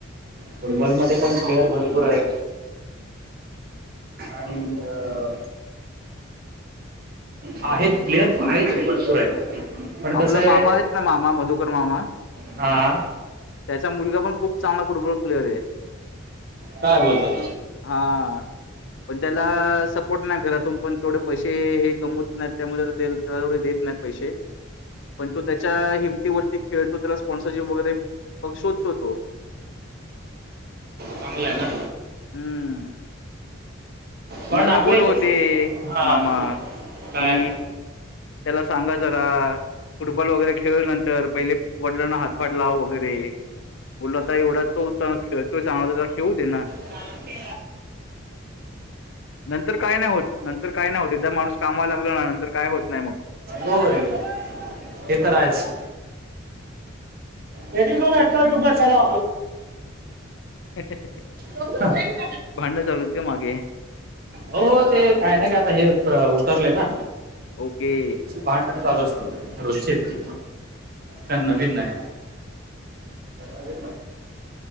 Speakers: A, on the right; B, on the left.
A: फुटबॉल मध्ये पण प्लेअर भरपूर आहेत. आणि अ आहेत प्लेअर आहेत रे भरपूर आहेत. पण कसं
B: आपला
A: आहे
B: मामा आहेत ना मामा मध मामा
A: हा
B: त्याचा मुलगा पण खूप चांगला फुटबॉल प्लेयर आहे.
A: काय बोलतो.
B: हा पण त्याला सपोर्ट नाय करत तुम्ही पण थोडे पैसे हे कमवत. नाही त्यामुळे त्याला थोढे देत नाहीत पैसे पण तो त्याच्या हिमतीवरती खेळतो त्याला स्पॉन्सरशिप वगैरे मघ शोधतो तो
A: चांगलं आहे ना
B: हम्म
A: पण
B: मला
A: आपल्या
B: बोल
A: इथे
B: होते
A: हा
B: मामा
A: काय
B: की त्याला सांगा जरा. फुटबॉल वगैरे खेळू नंतर पहिले वडिलांना हातभार लाव वगैरे बोल होता एवढा तो खेळतोय सांगता खेळू दे ना
A: का ते
B: नंतर काय नाही होत नंतर काय नाही होत एकदा माणूस कामाला लागला ना नंतर काय होत नाही मग
A: हो रे ते तर आहेच. हे दोन अठावी उभ ला
B: ह
A: हो का?
B: भांडण चालू आहेत का मागे
A: हो ते काय नाही का आता हे उतरले ना
B: ओके
A: भांडन चालू असतो रोजची आहे ती काय नवीन नाही. अजित